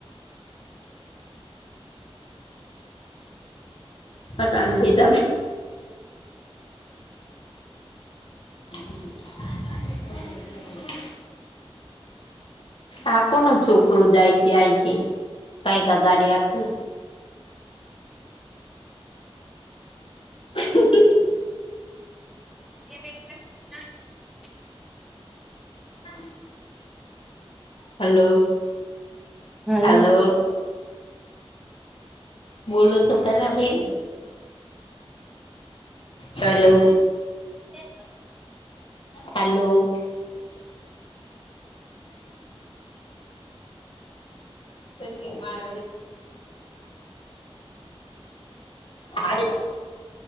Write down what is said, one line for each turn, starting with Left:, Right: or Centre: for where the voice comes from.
Left: પ તને દઈ ત <inaudible> આ કોનું છોકરું જાય છે આહીથી કઈ ક ગાડી આખી <inaudible>
Centre: એ <unintelligible>
Left: <inaudible> હલો
Centre: હાલો
Left: હલો બોલો તો ખરા બેન હેલો
Centre: <inaudible>
Left: હલો સંગીત માણ <unintelligible>